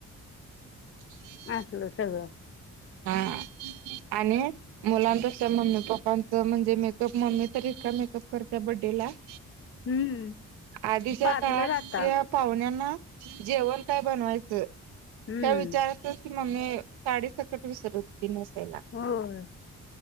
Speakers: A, on the right; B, on the left.
A: <inaudible>
B: असलं सगळं.
A: हा आणि मुलांपेक्षा मम्मी पप्पांचं म्हणजे मेकअप मम्मी तर इतका मेकअप करतिया बड़्डेला <inaudible>
B: हम्म.
A: आधीच्या
B: पार्लर
A: काळात
B: आता.
A: त्या पाहुण्यांना जेवण काय बनवायचं
B: हम्म
A: ह्या विचारातच की मम्मी साडी सकट विसरत होती नेसायला.
B: होय